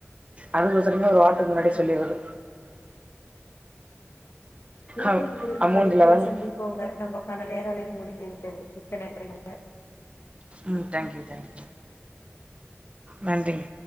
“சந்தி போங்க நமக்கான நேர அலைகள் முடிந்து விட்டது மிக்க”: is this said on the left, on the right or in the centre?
Left